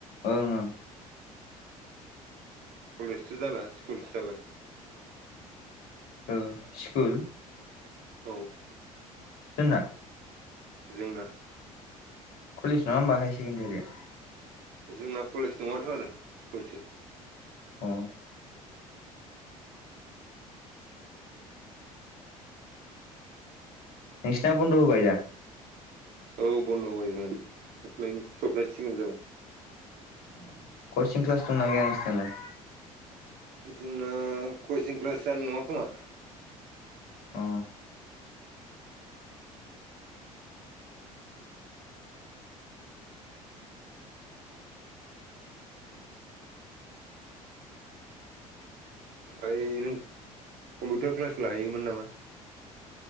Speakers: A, on the left; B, on the right.
A: ओं ओं
B: कलेजथ' जाला स्कुलसो जाबाय
A: औ स्कुल
B: औ
A: सोरना?
B: जोंना
A: कलेज नङा होमबा हाय सेकेणडारिया?
B: जोंना कलेज नङाथ' आरो स्कुलसो
A: अ नोंसिना बन्द' होबाय दा?
B: औ बन्द' होबाय जोंना दाख्लैनो सप्तासे सिगां जाबाय
A: अ कसिं क्लास दंना गैया नोंसिनालाय?
B: जोंना कचिं क्लासा जानाय नङा खोमा
A: अ
B: ओमफाय नों कम्पिउटार क्लास लाहैयोमोन नामा?